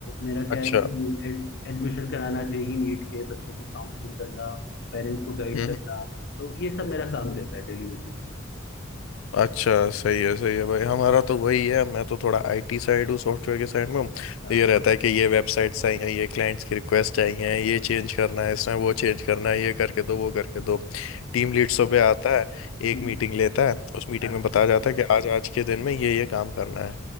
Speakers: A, on the left; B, on the left.
A: मेरा
B: अच्छा
A: क्या है कि एडमिशन कराना जेई नीट के बच्चों की काउंसलिंग करना पेरेंट्स को गाइड
B: हम्म,
A: करना तो ये सब मेरा काम रहता है डेली बेसिस पे
B: अच्छा सही है सही है भाई हमारा तो वही है मैं तो थोड़ा आईटी साइड हूँ सॉफ्टवेयर के साइड में तो
A: हाँ
B: ये रहता है कि ये वेबसाइट्स आई हैं ये क्लाइंट्स की रिक्वेस्ट आई हैं ये चेंज करना है इसमें वो चेंज करना है ये करके दो वो करके दो टीम लीड्सों पे हम्म आता है
A: <laughs>
B: एक मीटिंग लेता है उस मीटिंग
A: हाँ
B: में बताया जाता है कि आज आज के दिन में ये ये काम करना है